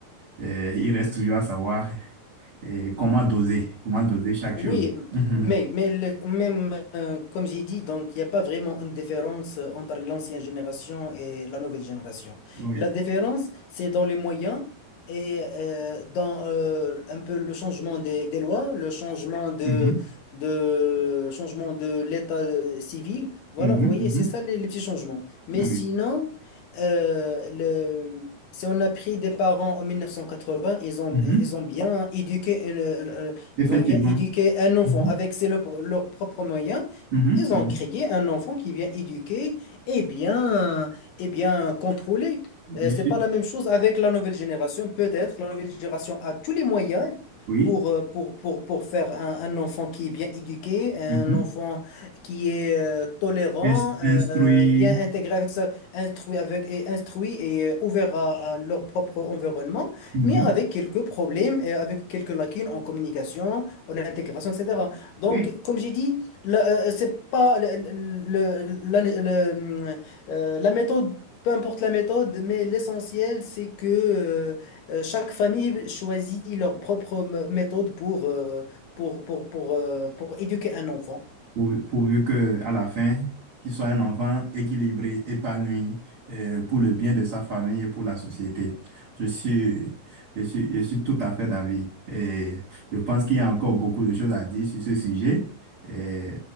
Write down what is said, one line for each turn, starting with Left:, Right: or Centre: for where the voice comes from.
Right: Euh, il reste toujours à savoir euh, comment doser, comment doser chaque
Left: Oui,
Right: chose. Mhm.
Left: mais, mais le- même euh, comme j'ai dit, donc il n'y a pas vraiment une différence euh, entre l'ancienne génération et la nouvelle génération.
Right: Oui.
Left: La différence, c'est dans les moyens et euh, dans euh, un peu le changement des, des lois, le changement de,
Right: Mhm.
Left: de changement de l'état euh, civil. Voilà,
Right: Mhm.
Left: vous voyez,
Right: Mhm.
Left: c'est ça les, les petits changements. Mais
Right: Ah
Left: sinon,
Right: Oui.
Left: euh, le, si on a pris des parents en 1980, ils ont,
Right: Mhm.
Left: ils ont bien éduqué une, euh,
Right: Effectivement.
Left: ils ont bien éduqué un enfant
Right: Mhm.
Left: avec ses, leurs leurs propres moyens.
Right: Mhm.
Left: Ils ont créé un enfant qui est bien éduqué et bien, et bien contrôlé.
Right: Mhm.
Left: Euh,
Right: Je
Left: c'est
Right: suis-
Left: pas la même chose avec la nouvelle génération. Peut-être la nouvelle génération a tous les moyens
Right: Oui.
Left: pour, euh, pour, pour, pour faire un, un enfant qui est bien éduqué, un
Right: Mhm.
Left: enfant qui est euh, tolérant,
Right: Ins-
Left: euh,
Right: Instruire.
Left: bien intégré avec ça, instruit avec et instruit et euh, ouvert à, à leur propre environnement
Right: Mhm.
Left: mais avec quelques problèmes et avec quelques lacunes en communication, en intégration, etc. Donc,
Right: Oui.
Left: comme j'ai dit, la, euh, c'est pas le- le- la, le- euh, la méthode, peu importe la méthode, mais l'essentiel, c'est que euh, euh, chaque famille choisit leur propre m- méthode pour, euh, pour, pour, pour, euh, pour éduquer un enfant.
Right: Pourvu, pourvu que, à la fin, qu'il soit un enfant équilibré, épanoui, euh, pour le bien de sa famille et pour la société. Je suis, je suis, je suis tout à fait d'avis. Et je pense qu'il y a encore beaucoup de choses à dire sur ce sujet. Et